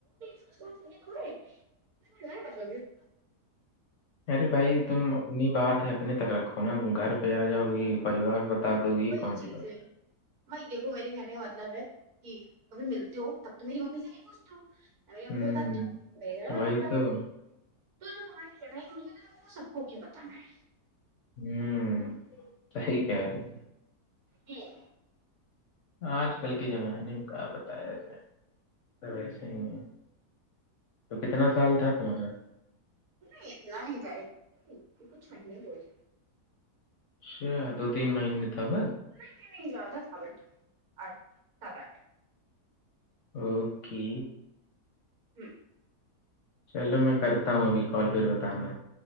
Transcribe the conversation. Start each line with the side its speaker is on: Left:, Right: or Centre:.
Right: کچھ ب ن تھڑے گیا چ گ
Left: ارے بھائی تم اپنی بات ہے اپنے تک رکھو نا تم گھر پہ آ جاؤ گی پریوار دو گی یہ
Right: وہی
Left: کون سی
Right: چیز
Left: بات
Right: ہے وہی دیکھو میرے کہنے کا مطلب ہے کہ کبھی ملتے ہو تب تو میری ممی سے نہیں پوچھتی
Left: ہے؟
Right: ام
Left: ہوں
Right: ہوتا تو و گھر وال
Left: وہی
Right: لوک پے
Left: تو
Right: تو جب ہماری لڑائی ہو رہی ہے تو تم کو وہ سب کو کیوں بتا ہے
Left: ہوں سحی کہہ رہی
Right: جوں
Left: آج کل کے زمانے میں کا بتایا جائے س وسے ہی ہے تو کتنا سال تھا تمہارا
Right: نہیں اتنا نہیں تھا ایک کچھ مہینے ب ج
Left: س دو تین ماہیننے تاب
Right: نہیں نہیں نہیں جا تھا تھا بٹ آٹھ سات آٹھ
Left: اوکے
Right: ہوں
Left: چلو میں کرتا ہوں ابھی کال پھر بتانا